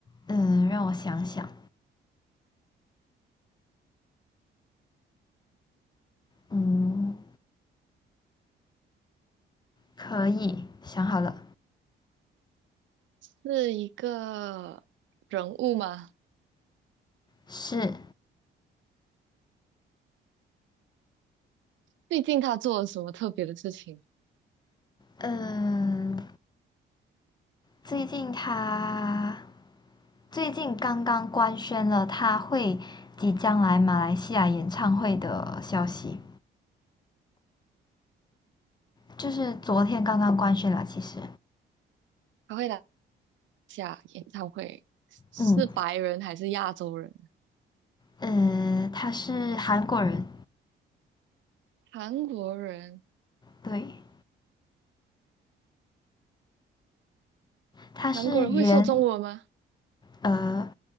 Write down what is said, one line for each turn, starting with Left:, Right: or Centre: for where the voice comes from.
Left: 嗯，让我想想，嗯，可以，想好了，
Right: 是一个人物吗？
Left: 是，
Right: 最近他做了什么特别的事情？
Left: 嗯，最近他最近刚刚官宣了他会即将来马来西亚演唱会的消息，就是昨天刚刚官宣了，其实，
Right: 他会来下演唱会，是白人还是亚洲人？
Left: 嗯，呃，他是韩国人，
Right: 韩国人？
Left: 对，他是原
Right: 韩国人会说中文吗？
Left: 呃，